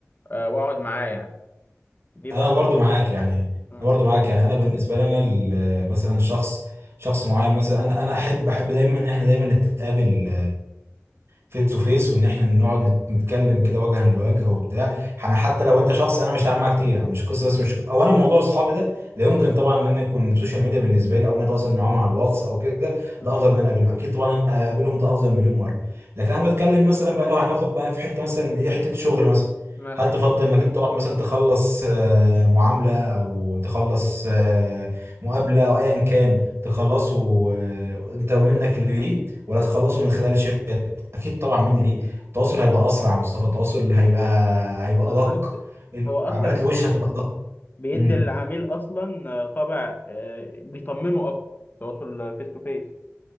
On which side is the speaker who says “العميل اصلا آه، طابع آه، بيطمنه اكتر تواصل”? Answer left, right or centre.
Left